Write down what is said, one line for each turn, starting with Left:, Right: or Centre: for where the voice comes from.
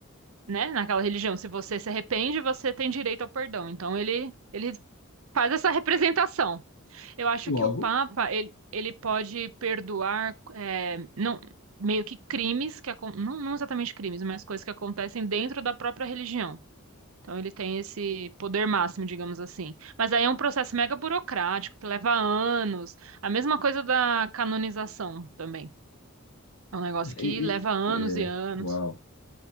Right: né, naquela religião, se você se arrepende, você tem direito ao perdão. Então, ele ele faz essa representação. Eu acho
Left: Logo,
Right: que o Papa, ele, ele pode perdoar é, não meio que crimes que acon- não, não exatamente crimes, mas coisas que acontecem dentro da própria religião. Então ele tem esse poder máximo, digamos assim. Mas aí é um processo mega burocrático que leva anos. A mesma coisa da canonização também. É um negócio
Left: e,
Right: que leva
Left: e-
Right: anos
Left: é,
Right: e anos,
Left: uau.